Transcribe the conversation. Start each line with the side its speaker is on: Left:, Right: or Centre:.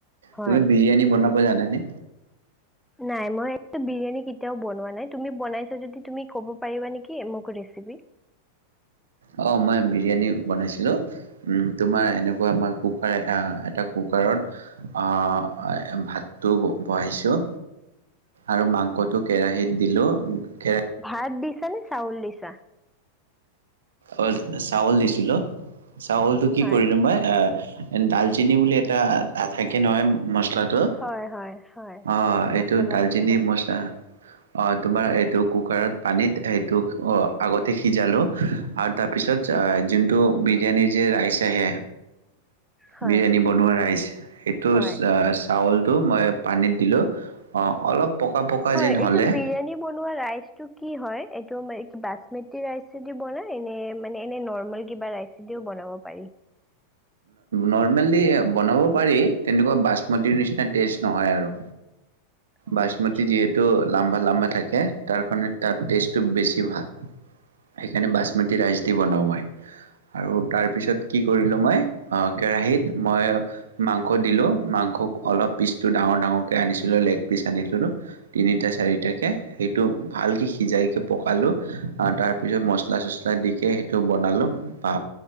Centre: হয়
Right: তুমি বিৰিয়ানী বনাব জানাই নে?
Centre: নাই মই এই বিৰিয়ানী এতিয়া বনোৱা নাই তুমি বনাইছা যদি তুমি ক'ব পাৰিবা নেকি মোক ৰেচেপি?
Right: অহ মই বিৰিয়ানী বনাইছিলো, উ তোমাৰ এনেকুৱা মই কুকাৰ এটা কুকাৰত আহ ভাতটো বহাইছো আৰু মাংসটো কেৰাহীত দিলো কে
Centre: ভাত দি দিছা নে চাউল দিছা?
Right: অ চাউল দিছিলো। চাউলটো কি
Centre: হয়
Right: কৰিলো মাই এ ডালচিনি বুলি এটা থাকে নহয়। মচলাটো?
Centre: হয় হয় হয়
Right: অ' এইটো
Centre: মছলা
Right: ডালচিনিৰ
Centre: হয়
Right: মচলা অহ তোমাৰ এইটো কুকাৰত পানীত সেইটো আগতে সিজালো। আৰু তাৰ পিছত যোনটো বিৰিয়ানীৰ যে ৰাইচ আহে?
Centre: হয়
Right: বিৰিয়ানী বনোৱা ৰাইচ এইটো
Centre: হয়
Right: চাউলটো মই পানীত দিলো। অহ অলপ পকা পকা
Centre: হয়
Right: যেন
Centre: এইটো
Right: হ'লে
Centre: বিৰিয়ানী বনোৱা ৰাইচটো কি হয়? এইটো মে কি বাচমতি ৰাইচ দি বনাই নে? মানে এনে নৰ্মেল কিবা ৰাইচি দিও বনাব প পাৰি।
Right: নৰ্মেল দি বনাব পাৰি, তেনেকুৱা বাচমতিৰ নিচিনা টেষ্ট নহয় আৰু।
Centre: অঁ
Right: বাচমতি
Centre: আচ্ছা।
Right: যিহেতু লাম্বা-লাম্বা থাকে তাৰ কাৰণে তাৰ টেষ্টটো বেছি ভাল, সেইখিনি বাচমতি ৰাইচ দি বনাওঁ মই। আৰু তাৰপিছত কি কৰিলোঁ মই আহ কেৰাহিত মই মাংস দিলো, মাংস অলপ পিচটো ডাঙৰ-ডাঙৰকে আনিছিলো লেগ পিচ আনিছিলোো তিনিটা-চাৰিটাকে সেইটো ভালকে সিজাইক পকালো তাৰপিছত মচলা চচলা দিকে সেইটো বনালো বা